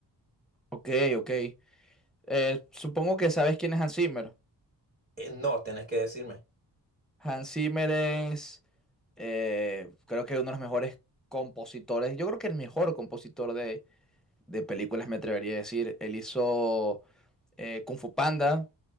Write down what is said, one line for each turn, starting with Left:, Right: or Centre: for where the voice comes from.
Centre: Ok, ok. Eh, supongo que sabes quién es Hans Zimmer.
Right: Eh, no, tenés que decirme.
Centre: Hans Zimmer es, eh, creo que uno de los mejores compositores, yo creo que el mejor compositor de, de películas, me atrevería a decir. Él hizo eh, Kung Fu Panda,